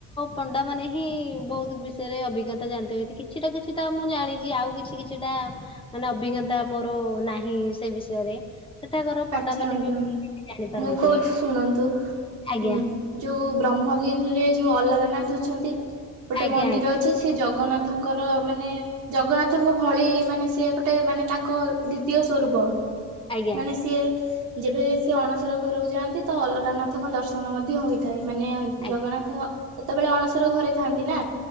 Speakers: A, on the left; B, on the right.
A: ପଣ୍ଡା ମାନେ ହିଁ ବହୁତ ବିଷୟରେ ଅଭିଜ୍ଞତା ଜାଣିଥିବେ କିଛିଟା କିଛିଟା ମୁଁ ଜାଣିଛି ଆଉ ଆଉ କିଛି କିଛିଟା ମାନେ ଅଭିଜ୍ଞତା ମୋର ନାହିଁ ସେ ବିଷୟରେ ସେଠାକାର ପଣ୍ଡା
B: ଆଚ୍ଛା
A: ମାନେ
B: ମ୍ୟାଡାମ
A: ବି ଜାଣିପାରନ୍ତି
B: ମୁଁ କହୁଚି ଶୁଣନ୍ତୁ।
A: ଆଜ୍ଞା
B: ଉମ୍ ଯୋଉ ବ୍ରହ୍ମଗିରିରେ ରେ ଯୋଉ ଅଲାରାନଥ ଅଛନ୍ତି। ଗୋଟେ
A: ଆଜ୍ଞା
B: ମନ୍ଦିର
A: ଆଜ୍ଞା
B: ଅଛି। ସେ ଜଗନ୍ନାଥଙ୍କର ମାନେ ଜଗନ୍ନାଥଙ୍କ ଭଳି ମାନେ ସେ ଗୋଟେ ମାନେ ତାଙ୍କ ଦ୍ଵିତୀୟ ସ୍ୱରୂପ।
A: ଆଜ୍ଞା।
B: ମାନେ ସିଏ ଯେବେ ସିଏ ଅଣସର ଘରକୁ ଯାଆନ୍ତି ତ ଅଲାର ନାଥଙ୍କ ଦର୍ଶନ ମଧ୍ୟ ହୋଇଥାଏ। ମାନେ
A: ଆଜ୍ଞା
B: ଜଗନ୍ନାଥ ସେତବେଳେ ଅଣସର ଘରେ ଥାଆନ୍ତି ନା